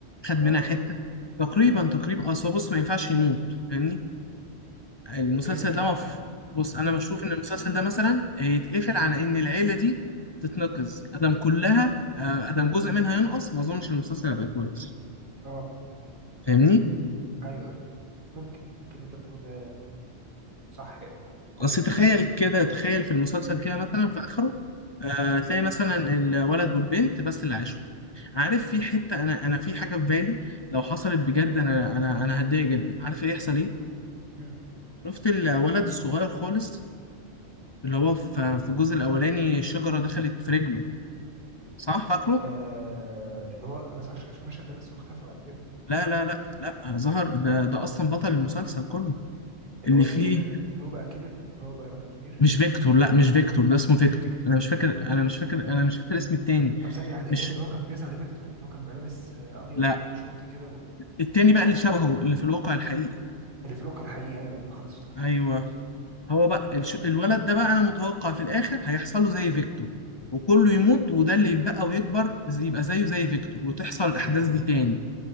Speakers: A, on the left; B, on the right.
A: خد منها
B: اه
A: حتة تقريبا
B: اه
A: تقريبا أصل هو بص ما ينفعش يموت فاهمني المسلسل
B: ليه ما ينفعش
A: ده مف... بص أنا بشوف إن المسلسل ده مثلا يتقفل على إن العيلة دي تتنقذ أدم كلها آه، أدم جزء منها ينقص ما أظنش المسلسل هيبقى كويس
B: اه
A: فاهمني
B: ايوه ايوه ممكن ممكن اللي انت بتقوله ده صح يعني
A: أصل
B: تقريبا
A: تخيل كده تخيل في المسلسل كده مثلا في آخره آه، تلاقي مثلا الولد والبنت بس اللي عايشين عارف
B: مم.
A: في حته انا انا في حاجه في بالي لو حصلت بجد انا انا انا هتضايق جدا عارف ايه يحصل ايه
B: مم.
A: شفت الولد الصغير خالص اللي هو في في الجزء الاولاني الشجره دخلت في رجله صح فاكره
B: آه اللي هو ما ظهرش غير في المشهد ده بس واختفى بعد كده
A: لا لا لا لا ظهر ده ده اصلا بطل المسلسل كله
B: اللي
A: اللي
B: هو اللي
A: فيه
B: كبر اللي هو بقى كبر اللي هو بقى راجل كبير
A: مش فيكتور لا مش فيكتور ده اسمه فيكتور
B: مش فيكتور
A: انا مش فاكر
B: اه
A: انا مش فاكر انا مش فاكر اسم التاني
B: طب ثانية واحدة
A: مش
B: الواد اللي هو كان بيظهر لفيكتور اللي هو كان بيبقى لابس آه، ابيض
A: لا
B: وشورت كده و...
A: التاني بقى اللي شبهه اللي في الواقع الحقيقي
B: اللي في الواقع الحقيقي ايوه ايوه خلاص افتكرت
A: ايوه
B: افتكرت افتكرت مم.
A: هو بقى الش- الولد ده بقى انا متوقع في الاخر هيحصل له زي فيكتور وكله يموت وده اللي يتبقى ويكبر زي- يبقى زيه زي فيكتور وتحصل الاحداث
B: زي زي فيكتور
A: دي تاني